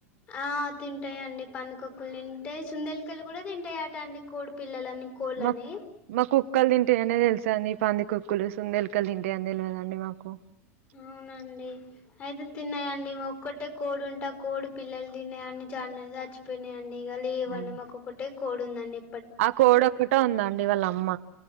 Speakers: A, on the left (about 25°); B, on the right (about 65°).
A: ఆ తింటాయండి పందుకొక్కులు తింటాయి సుందలికలు కూడా తింటాయిట అండి కోడి పిల్లలను కోళ్లని
B: మా మా కుక్కలు తింటాయనే తెలుసండి పందికొక్కులు సుందేలుకలు తింటాయని తెల్వదండి మాకు
A: మ్ నండి అయితే తిన్నాయండి ఒక్కటే కోడుంటే ఆ కోడు పిల్లలు తిన్నాయన్న చల్నా చ చ్చిపోయినాయండి ఇగ లేవండి
B: ఉమ్
A: మాకొకటే కోడుందండి
B: ఆ కోడొక్కట ఉందండి వాళ్ళ అమ్మ